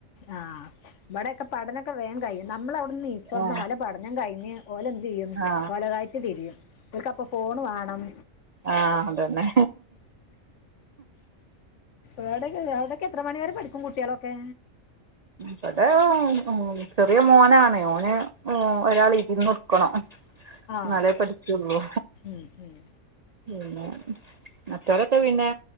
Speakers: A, on the left; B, on the right.
A: ആഹ് ഇബടെയൊക്കെ പഠനൊക്കെ വേൻ കയ്യും നമ്മളെ നീച്ചൊന്ന്
B: ആ
A: ഓല പടനം കഴിഞ് ഓല എന്ത് ചെയ്യും
B: ആ
A: ഓലതായിട്ട് തിരിയും ഓൽക്കപ്പൊ ഫോണ് വേണം
B: ആഹ് അതന്നെ
A: വേടൊക്കെ അവിടൊക്കെ എത്ര മണിവരെ പഠിക്കും കുട്ട്യാളൊക്കെ
B: ബടെ ചെറിയ മോനാണ് ഓന് ഉം ഒരാള് ഇരുന്നൊടുക്കണം
A: ആ
B: ന്നാലെ പഠിച്ചൊള്ളൂ
A: ഉം, ഉം.
B: പിന്നെ മറ്റോരൊക്കെ പിന്നെ